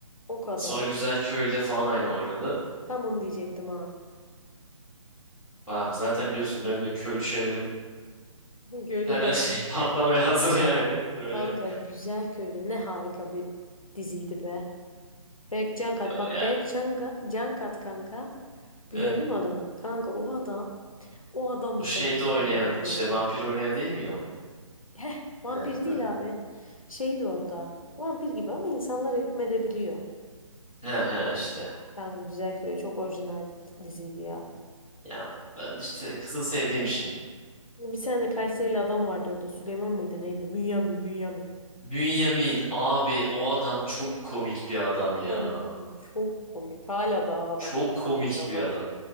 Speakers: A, on the left; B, in the centre.
A: O kadar.
B: Sonra Güzel Köylü'de falan aynı oynadı.
A: Tam onu diyecektim ha.
B: Abi zaten biliyorsun benim de köylü şeylerim
A: Köylü
B: Hani
A: Damalı.
B: şey <laughs> patlamaya hazır yani böyle.
A: Kanka Güzel Köylü ne harika bir diziydi be. Berk Cankat
B: Ya o
A: bak
B: ya.
A: Berk Canka, Cankat kanka. Biliyorsun
B: Evet.
A: değil mi adamı? Kanka o adam o adam
B: O
A: da
B: şeyde
A: sana bir
B: oynayan
A: söyleyeceğim
B: işte
A: oyuncu.
B: vampir oynayan değil mi ya o?
A: Heh vampir
B: He,
A: değil
B: hı.
A: abi. Şeydi orada. Vampir gibi ama insanlara hükmedebiliyor.
B: he, he işte.
A: Kanka Güzel Köylü çok orijinal diziydi ya.
B: Ya ben işte kızı sevdiğim için.
A: Bir tane Kayserili adam vardı orada. Süleyman mıydı neydi? Bünyamin, Bünyamin.
B: Bünyamin abi o adam çok
A: <laughs>
B: komik bir adam
A: Kanka
B: ya.
A: çok komik. Hala da adam
B: Çok
A: çok
B: komik
A: komik bir adam.
B: bir adam.